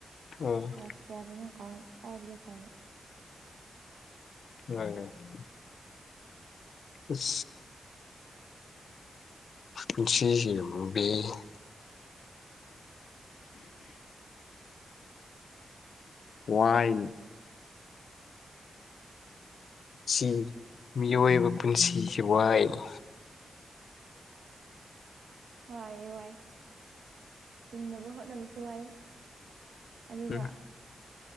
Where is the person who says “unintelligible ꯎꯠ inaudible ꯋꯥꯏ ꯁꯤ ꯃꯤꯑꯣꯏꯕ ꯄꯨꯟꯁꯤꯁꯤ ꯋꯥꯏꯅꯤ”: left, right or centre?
Left